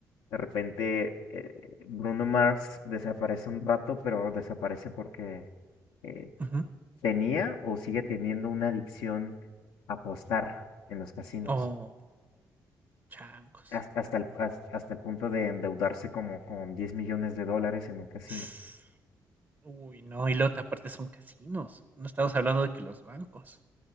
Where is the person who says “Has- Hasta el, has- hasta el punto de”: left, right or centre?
Left